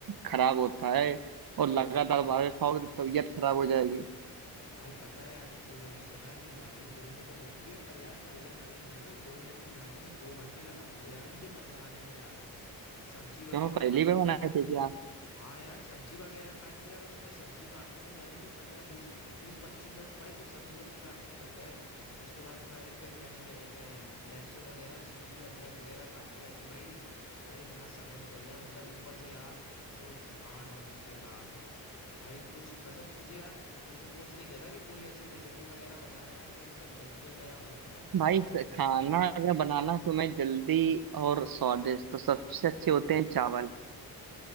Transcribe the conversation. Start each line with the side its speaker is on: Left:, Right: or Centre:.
Right: खराब होता है और लगातार
Left: बताओ कल
Right: बाहर का खाओगे तो तबीयत खराब हो जाएगी
Left: भाई पता है यार वो मैंने सुना है कि मैगी दो मिनट में बनती है पर यार कल जब मैंने बनाई ना दो मिनट की मैगी ने दो घंटे लगा दिए यार मुझे बनाने में यार सब्जी वगैरह
Right: क्यों पहली
Left: काटी
Right: बार बनाए थे क्या
Left: हाँ यार सब्जी वगैरह काटी यार उसमें सब्जी काटने में ही भाई मुझे पंद्रह बीस बीस पच्चीस मिनट तो भाई सिर्फ सब्जी सब्जी काटने में लग गए उसके बाद भाई फिर मैंने क्या कहते हैं लहसुन वगैरह छीली अदरक वगैरह काटी आटी भाई भाई इतना समय निकल गया मतलब ऊपर से यार जो थकान हुई उसके बाद भाई कुछ मतलब मुझे यार तु, तुझे फोन इसलिए किया था कि कोई ऐसी रेसिपी वगैरह बता यार जो मतलब जल्दी वगैरह बन जाए मुझे ज्यादा
Right: भाई
Left: मेहनत
Right: स- खाना
Left: वेहनत ना-
Right: अगर बनाना तुम्हें जल्दी और स्वादिष्ट तो सबसे अच्छे होते हैं चावल